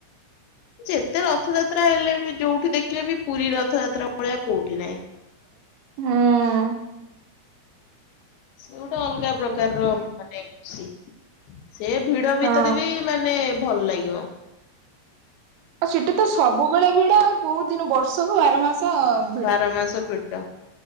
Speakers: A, on the left (about 85°); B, on the right (about 75°).
A: ଯେତେ ରଥଯାତ୍ରା ହେଲେ ବି ଯୋଉଠି ଦେଖିଲେ ବି ପୁରୀ ରଥଯାତ୍ରା ଭଳିଆ କୋଉଠି ନାହିଁ।
B: ହୁଁ।
A: ସେ ଗୋଟେ ଅଲଗା ପ୍ରକାରର ମାନେ ଖୁସି। ସେ ଭିଡ
B: ହଁ
A: ଭିତରେ ବି ମାନେ ଭଲ ଲାଗିବ।
B: ଆଉ ସିଟି ତ ସବୁବେଳେ ଭିଡ ଆଉ। କୋଉ ଦିନ ବର୍ଷକୁ ବାର ମାସ ଭିଡ
A: ବାର ମାସ ଭିଡ଼।